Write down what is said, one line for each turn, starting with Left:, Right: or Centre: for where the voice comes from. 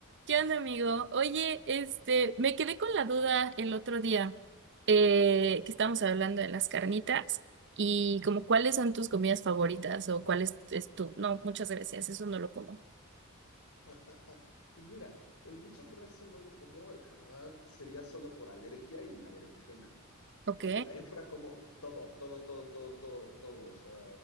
Right: ¿Qué onda, amigo? Oye, este, me quedé con la duda el otro día, eh, que estábamos hablando de las carnitas y como cuáles son tus comidas favoritas o cuál es, es tu... No, muchas gracias, eso no lo como.
Left: <laughs> Pues mira, el muchas gracias no lo como, la verdad sería solo por alergia y la berenjena.
Right: Ok.
Left: Eh, de ahí en fuera como todo, todo, todo, todo, todo, todo. O sea,